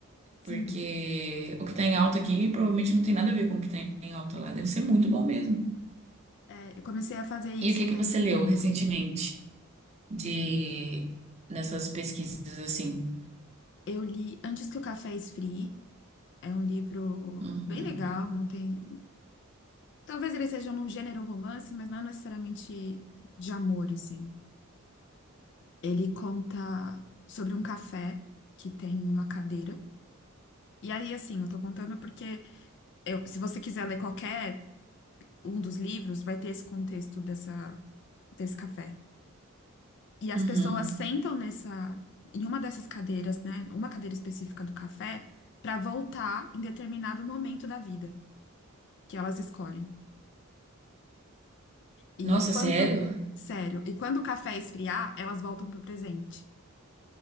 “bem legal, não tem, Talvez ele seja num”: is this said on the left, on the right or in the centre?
Left